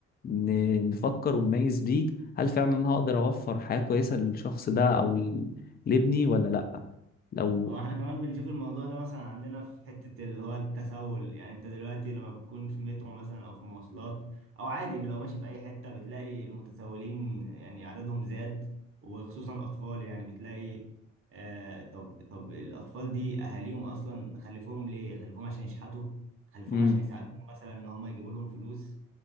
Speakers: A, on the left; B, on the right.
A: ن- نفكر ونميز بيه هل فعلا انا هقدر اوفر حياة كويسة للشخص ده او ل- لابني ولا لا لو
B: هو احنا كمان بنشوف الموضوع ده مثلا عندنا في حتة اللي هو التسول يعني انت دلوقتي لما بتكون في مترو مثلا او في مواصلات او عادي لو ماشي في اي حتة بتلاقي المتسولين يعني عددهم زاد وخصوصا الاطفال يعني بتلاقي آه طب طب الاطفال دي اهاليهم اصلا خلفوهم ليه خلفوهم عشان يشحتوا خلفوهم
A: امم
B: عشان يساعدوهم مثلا ان هم يجيبوا لهم فلوس